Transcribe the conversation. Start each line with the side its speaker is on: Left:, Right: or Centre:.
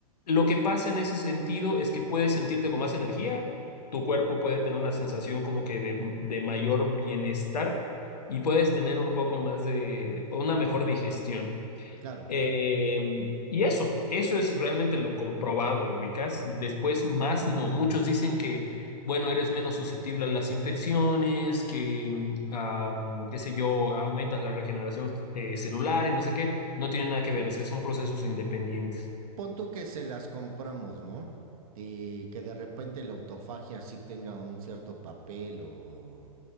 Left: lo que pasa en ese sentido es que puedes sentirte con más energía, tu cuerpo puede tener una sensación como que de, de mayor bienestar y puedes tener un poco más de, una mejor digestión.
Right: Claro.
Left: Eh, y eso, eso es realmente lo comprobado, ubicas. Después, más no. Muchos dicen que, bueno, eres menos susceptible a las infecciones, que, mm, am, qué sé yo, aumentas la regeneración eh, celular y no sé qué. No tiene nada que ver, o sea, son procesos independientes.
Right: Punto que se las compramos, ¿no? Y que de repente la autofagia sí tenga un cierto papel o